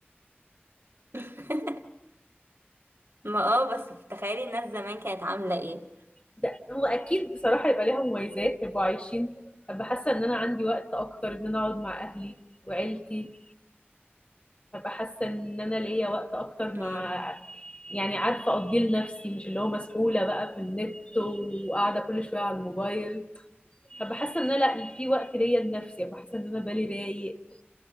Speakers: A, on the right; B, on the left.
A: <laughs> ما اه بس تخيلي الناس زمان كانت عاملة ايه
B: ده هو اكيد بصراحه يبقى ليها مميزات يبقوا عايشين هبقى حاسه ان انا عندي وقت اكتر ان انا اقعد مع اهلي وعيلتي هبقى حاسه ان انا ليا وقت اكتر
A: مم.
B: مع يعني عارفه اقضيه لنفسي مش اللي هو مسحوله بقى في النت وقاعده كل شويه على الموبايل فبحس ان انا لا في وقت ليا لنفسي بحس ان انا بالي رايق